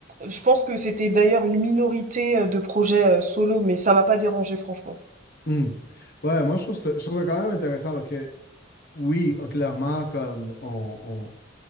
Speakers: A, on the right; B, on the left.
A: je pense que c'était d'ailleurs une minorité euh, de projets euh, solo, mais ça m'a pas dérangé, franchement.
B: Hmm. Ouais, moi, je trouve ça, je trouve ça quand même intéressant parce que, oui, euh, clairement, comme on, on,